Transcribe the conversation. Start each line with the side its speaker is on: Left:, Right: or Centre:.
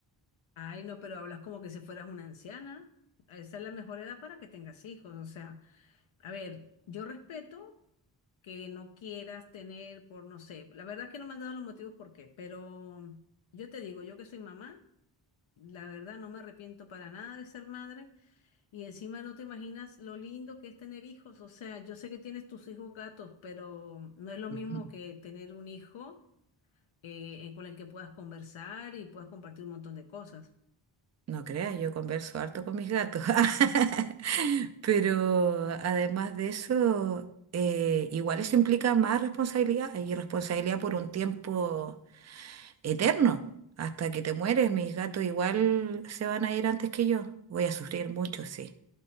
Left: Ay, no, pero hablas como que si fueras una anciana. Esa es la mejor edad para que tengas hijos. O sea, a ver, yo respeto que no quieras tener por, no sé, la verdad que no me has dado los motivos por qué, pero yo te digo, yo que soy mamá, la verdad no me arrepiento para nada de ser madre y encima no te imaginas lo lindo que es tener hijos. O sea, yo sé que tienes tus hijos gatos, pero no es lo
Right: Ujú.
Left: mismo que tener un hijo eh, con el que puedas conversar y puedas compartir un montón de cosas.
Right: No creas, yo converso harto con mis gatos. <laughs> Pero además de eso, eh, igual eso implica más responsabilidad y responsabilidad por un tiempo. eterno. Hasta que te mueres, mis gatos igual se van a ir antes que yo. Voy a sufrir mucho, sí.